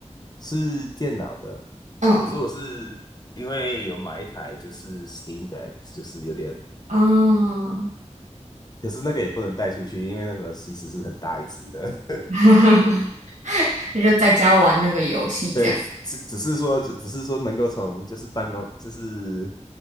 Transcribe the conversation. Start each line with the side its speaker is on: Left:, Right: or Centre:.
Left: 是电脑的。
Right: 嗯
Left: 可是我是因为有买一台就是 Steam Deck，就是有点，
Right: 嗯，
Left: 可是那个也不能带出去，因为那个其实是很大一只的。<laughs>
Right: <laughs> 啊就在家玩那个游戏这样。
Left: 对，只只是说，只只是说能够从就是办公，就是